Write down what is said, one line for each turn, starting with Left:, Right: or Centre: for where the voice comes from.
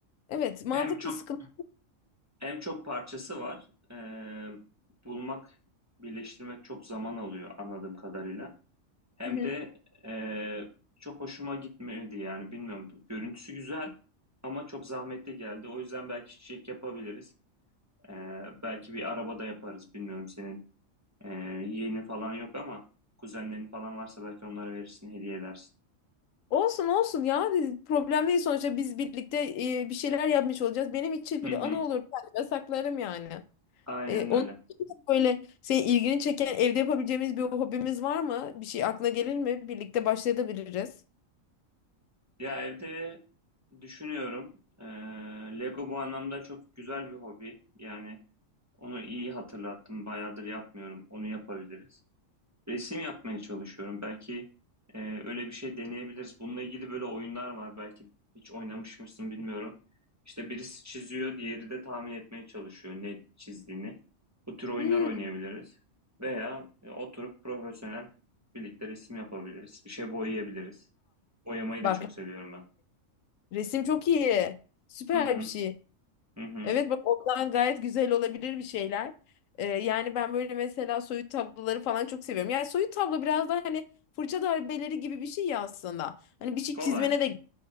Left: Evet, mantıklı
Right: Hem çok
Left: sıkıntı.
Right: hem çok parçası var. E, bulmak, birleştirmek çok zaman alıyor anladığım kadarıyla. Hem
Left: Hı hı.
Right: de eee, çok hoşuma gitmedi yani bilmiyorum. Görüntüsü güzel ama çok zahmetli geldi. O yüzden belki çiçek yapabiliriz. Eee, belki bir arabada yaparız. Bilmiyorum senin eee yeğenin falan yok ama kuzenlerin falan varsa belki onlara verirsin, hediye edersin.
Left: Olsun olsun ya problem değil sonuçta biz birlikte e, bir şeyler yapmış olacağız. Benim için bile
Right: Hı hı,
Left: ana olur ben saklarım yani.
Right: aynen
Left: E, onun
Right: öyle.
Left: için de böyle senin ilgini çeken evde yapabileceğimiz bir hobimiz var mı? Bir şey aklına gelir mi? Birlikte başlayabiliriz.
Right: Ya evde düşünüyorum. Eee, Lego bu anlamda çok güzel bir hobi. Yani onu iyi hatırlattım. Bayağıdır yapmıyorum. Onu yapabiliriz. Resim yapmaya çalışıyorum. Belki e, öyle bir şey deneyebiliriz. Bununla ilgili böyle oyunlar var. Belki hiç oynamış mısın bilmiyorum. İşte birisi çiziyor, diğeri de tahmin etmeye çalışıyor ne çizdiğini. Bu tür oyunlar
Left: Hmm.
Right: oynayabiliriz. Veya e, oturup profesyonel birlikte resim yapabiliriz. Bir şey boyayabiliriz. Boyamayı
Left: Bak
Right: da çok seviyorum ben.
Left: resim çok iyi. Süper
Right: Hı hı,
Left: bir şey.
Right: hı hı.
Left: Evet bak ondan gayet güzel olabilir bir şeyler. Ee, yani ben böyle mesela soyut tabloları falan çok seviyorum. Yani soyut tablo biraz da hani fırça darbeleri gibi bir şey ya aslında. Hani bir şey
Right: Kolay.
Left: çizmene de